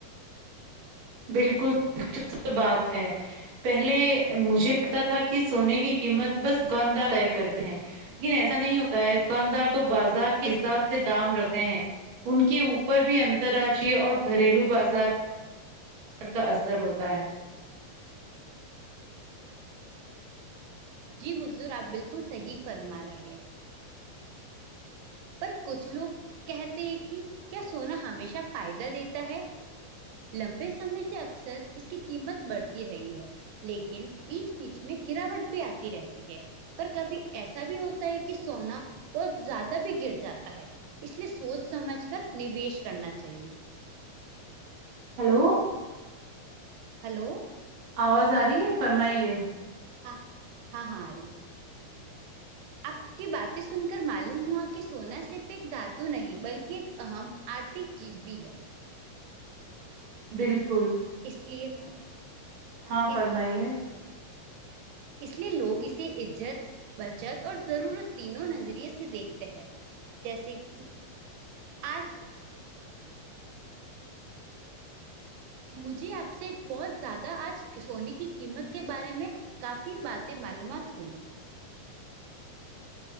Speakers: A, on the right (about 65°); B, on the right (about 85°).
A: بلکل دلچسپ بات ہے پہلے مجھے لگتا تھا کہ سونے کی قیمت بس دکاندار طے کرتے ہیں لیکن ایسا نہیں ہوتا ہے دکاندار تو بازار کے حساب سے دام رہتے ہیں ان کے اوپر بھی اترراشٹری اور گھریلو بازار کا اثر ہوتا ہے
B: جی حضور آپ بالکل صحیح فرما رہے ہیں پر کچھ لوگ کہتے ہیں کہ کیا سونا ہمیشہ فائدہ دیتا ہے لمبے سمے سے اکثر اس کی قیمت بڑھتی رہی ہے لیکن بیچ بیچ میں گراوٹ بھی آتی رہتی ہے پر کبھی ایسا بھی ہوتا ہے کہ سونا بہت زیادہ بھی گر جاتا ہے اس لیے سوچ سمجھ کر نویش کرنا چاہیے
A: ہلو
B: ہلو
A: آواز آ رہی ہے فرمائیے
B: ہاں ہاں ہاں آرہی ہے آپ کی باتیں سن کر معلوم ہوا کہ سونا صرف ایک دھاتو نہیں بلکہ ایک اہم آرتھک چیز بھی ہے
A: بالکل
B: اس لیے
A: ہاں
B: اس
A: فرمائیے
B: اس لیے لوگ اسے عزت بچت اور ضرورت تینوں نظریے سے دیکھتے ہیں جیسے کہ آج مجھے آپ سے بہت زیادہ آج سونے کی قیمت کے بارے میں کافی باتیں معلومات ہوئی